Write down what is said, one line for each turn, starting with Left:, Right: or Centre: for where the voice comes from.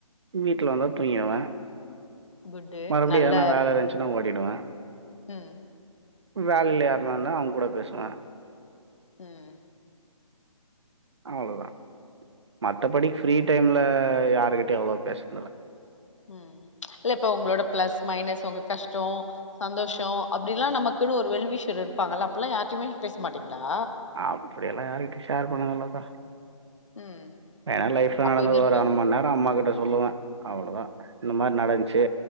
Right: வீட்டில வந்தால் தூங்கிடுவே
Left: குட்டு
Right: மறுபடியு
Left: நல்ல
Right: எதனா வேல இருந்துச்சுன்னா ஓடிடுவே
Left: ம்
Right: வேல இல்லியா இருந்தா அவங் கூட பேசுவே
Left: ம்
Right: அவ்ளோதா மத்தபடி ஃப்ரீ டைமில்ல யாருக்கிட்டயு அவ்ளோ பேசுனதில்ல
Left: ம் இல்ல இப்ப உங்களோட பிளஸ் மைனஸ் உங்க கஷ்டோ சந்தோஷோ அப்டி எல்லா நமக்குன்னு ஒரு வெல்விஷயர் இருப்பாங்கல்ல அப்பில்லா யாருகிட்டையுமே பேச மாட்டிங்களா
Right: அப்டி எல்லா யாருகிட்டயு ஷேர் பண்ணது இல்லக்கா
Left: ம்
Right: வேண்ணா லைஃப்ல
Left: அப்ப
Right: நடந்தது
Left: இது வரைக்கு
Right: ஒரு அர மண் நேரோ அம்மா கிட்ட சொல்லுவே அவ்ளதாஇந்த மாரி நடந்துச்சு